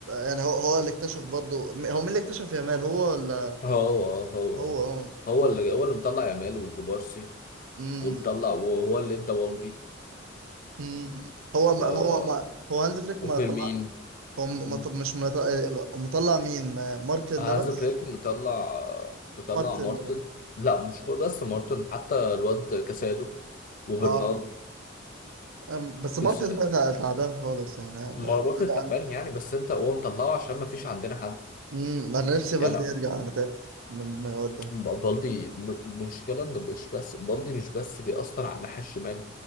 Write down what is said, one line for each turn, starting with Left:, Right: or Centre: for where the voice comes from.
Right: يعني هو هو اللي اكتشف برضه م- هو مين اللي اكتشف يامال هو ولا
Left: هو هو
Right: هو اه
Left: هو اللي هو اللي مطلع يامال وكوبارسي
Right: امم
Left: ومطلع وهو اللي ادى والدي
Right: امم هو ما
Left: ف
Right: هو ما هو هانز فليك ما
Left: وفيرمين
Right: طلع هو م-
Left: مم.
Right: ما ط- مش ما ط- مطلع مين ما- مارتن
Left: هانز
Right: ده بس
Left: فليك مطلع مطلع
Right: مارتن
Left: مارتن
Right: ده
Left: لا مش بس مارتن حتى الواد كاسادو وبرنارد
Right: اه أم، بس مارتن
Left: كاس
Right: ده تع- تعبان خالص يعني انا
Left: ما برضه
Right: انا
Left: التعبان
Right: انا
Left: يعني بس انت هو مطلعه عشان ما فيش عندنا حد
Right: أمم، أنا نفسي بلدي
Left: يعني
Right: يرجع انا تعبت من من الواد ده
Left: ب- بالدي م- مشكلة ان مش بس بالدي مش بس بيأثر على الناحية الشمال